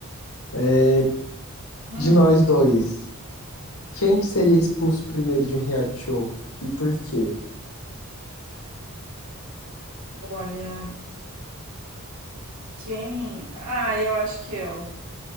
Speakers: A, on the left; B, on the right.
A: É,
B: Hum,
A: de nós dois. Quem que seria expulso primeiro de um reality show? E por quê?
B: olha, quem. Ah, eu acho que eu.